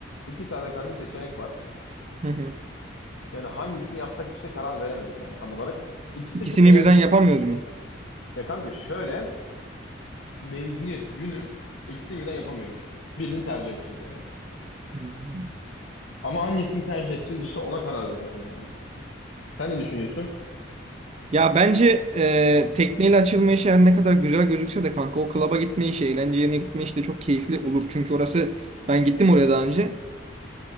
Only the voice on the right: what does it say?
Hı hı.
İkisini
birden yapamıyoruz mu?
Hmm.
Ya bence e, tekneyle açılma işi her ne kadar güzel gözükse de kanka o klaba gitme işi, eğlence yerine gitme işi de çok keyifli olur. Çünkü orası ben gittim oraya daha önce.